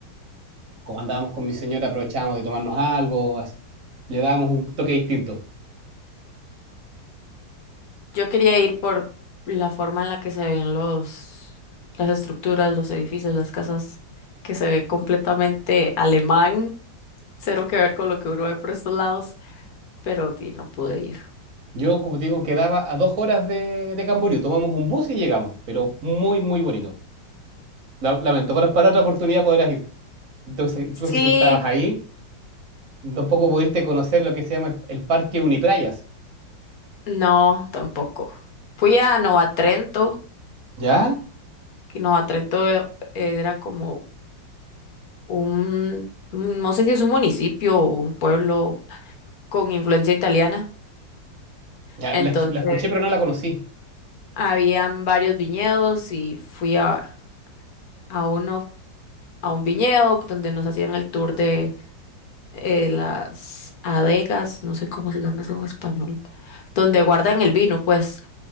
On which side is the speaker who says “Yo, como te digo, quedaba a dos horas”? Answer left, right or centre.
Right